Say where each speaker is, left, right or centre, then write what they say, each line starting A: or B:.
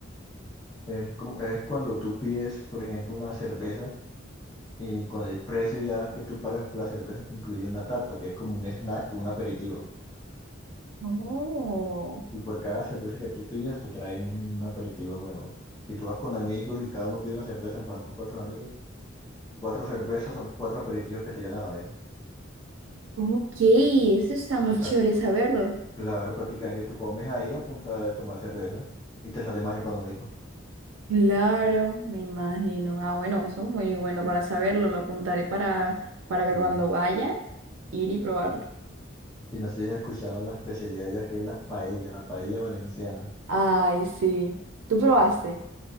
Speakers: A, on the left; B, on the right.
A: Es como, es cuando tú pides, por ejemplo, una cerveza y con el precio ya que tú pagas por la cerveza te incluye una tapa, que es como un snack, un aperitivo.
B: Oh,
A: Y por cada cerveza que tú pidas te traen un aperitivo nuevo. Si tú vas con amigos y cada uno pide una cerveza, van con cuatro amigos, cuatro cervezas son cuatro aperitivos que te llevan a la mesa.
B: ok, eso está muy
A: Y pra-
B: chévere saberlo.
A: claro, prácticamente tú comes ahí a punta de tomar cerveza y te sale más económico.
B: Claro, me imagino. Ah, bueno, eso es muy bueno para saberlo. Lo apuntaré para, para que
A: Sí.
B: cuando vaya, ir y probarlo.
A: Y no sé si has escuchado la especialidad ya que es la paella, la paella valenciana.
B: Ay, sí. ¿Tú probaste?